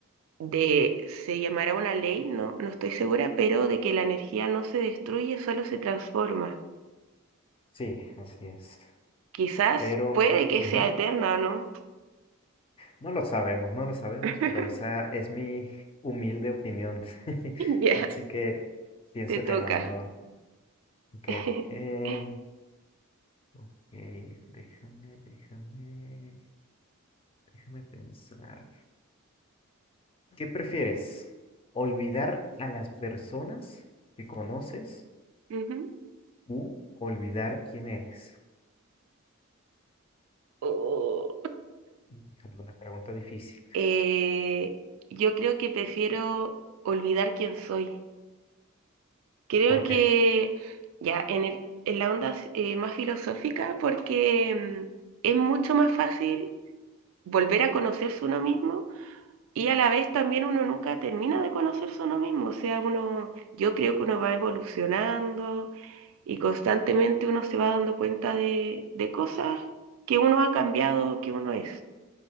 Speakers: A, on the right (about 70°); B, on the left (about 25°).
A: de, se llamará una ley, no, no estoy segura, pero de que la energía no se destruye, solo se transforma.
B: sí, así es.
A: Quizás
B: Pero
A: puede que
B: ujú,
A: sea eterna o no.
B: no lo sabemos, no lo sabemos,
A: <laughs>
B: pero esa es mi humilde opinión. <laughs>
A: Ya,
B: Así que pienso
A: te toca.
B: que no, no. Ok,
A: <laughs>
B: em, ok, déjame, déjame, déjame pensar. ¿Qué prefieres? ¿Olvidar a las personas que conoces
A: Ujú.
B: u olvidar quién eres?
A: Oh.
B: Híjole, Una pregunta difícil.
A: Eh, yo creo que prefiero olvidar quién soy. Creo
B: ¿Por
A: que
B: qué?
A: ya en el, en la onda eh, más filosófica, porque mm, es mucho más fácil volver a conocerse uno mismo y a la vez también uno nunca termina de conocerse uno mismo. O sea, uno, yo creo que uno va evolucionando y constantemente uno se va dando cuenta de, de cosas que uno ha cambiado, que uno es.